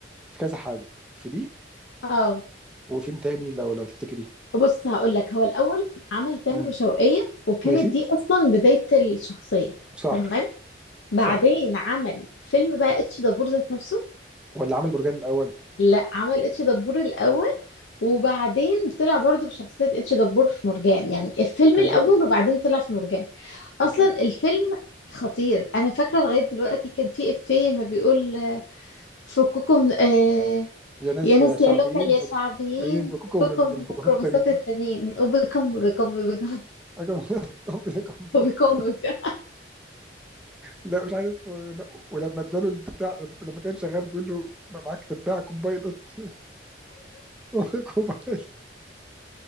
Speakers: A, in the centre; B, on the left.
A: في كذا حاجه في دي
B: اه
A: وفين تاني لو لو تفتكريه
B: بص هقول لك هو الاول عمل تامر
A: امم
B: وشوقية وكانت
A: ماشي
B: دي اصلا بدايه الشخصيه
A: صح
B: تمام بعدين
A: صح
B: عمل فيلم بقى اتش دبور ذات نفسه
A: ولا عامل مرجان الاول
B: لا عمل اتش دبور الاول وبعدين طلع برضه بشخصيه اتش دبور في مرجان يعني الفيلم
A: كان
B: الاول
A: جامد
B: وبعدين طلع في مرجان
A: كان
B: اصلا
A: جامد
B: الفيلم خطير انا فاكره لغايه دلوقتي كان في افيه ما بيقول آه، فككم آه
A: يا ناس
B: يا ناس
A: يا شعبيين
B: يا لوكال يا
A: ف-
B: شعبيين
A: ينفكوكوا
B: فككم
A: من من
B: من
A: كرافات
B: ميكروباصات
A: تانيين
B: التانيين وبكم وبكم وبكم <laughs>
A: أجمل <laughs> لكم
B: وبكم
A: لكم
B: وبكم
A: لا مش عارف لا ولما اداله البتاع لما كان شغال بيقول له ما معاك تباع كومبايل قط <laughs> كومبايل